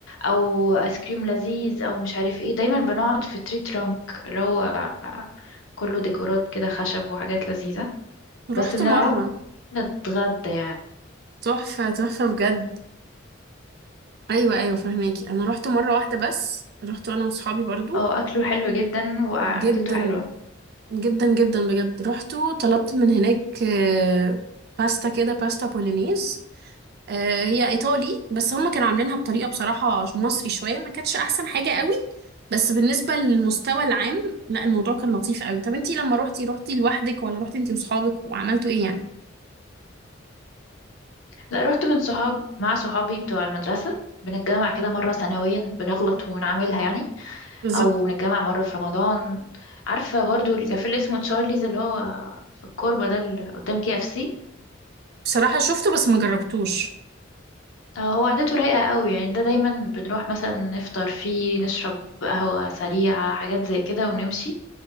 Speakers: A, on the left; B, on the right.
A: او ايس كريم لذيذ او مش عارف ايه دايما بنقعد في تري ترانك اللي هو كله ديكورات كده خشب وحاجات لذيذة بس
B: روحته
A: بنقعد
B: مرة
A: نتغدى يعني
B: تحفة تحفة بجد ايوه ايوه فهماكي انا روحته مرة واحدة بس روحته انا واصحابي برضو
A: اه اكله حلو جدا وقعدته
B: جدا
A: حلوة
B: جدا جدا بجد روحته طلبت من هناك آه، باستا كده باستا بولينيز آه، هي ايطالي بس هم كانوا عاملينها بطريقه بصراحه مصري شويه ما كانتش احسن حاجه قوي بس بالنسبه للمستوى العام لا الموضوع كان لطيف قوي طب انتي لما روحتي روحتي لوحدك ولا روحتي انتي وصحابك وعملتوا ايه يعني
A: لا رحت من صحاب مع صحابي بتوع المدرسة بنتجمع كده مرة سنويا بنغلط ونعملها يعني
B: بالظبط
A: أو بنتجمع مرة في رمضان عارفة برضو الكافيه اللي اسمه تشارليز اللي هو في الكوربة ده اللي قدام كي اف سي
B: بصراحه شفته بس ما جربتوش
A: آه، هو عادته رايقة قوي يعني ده دايما بنروح مثلا نفطر فيه نشرب قهوة سريعة حاجات زي كده ونمشي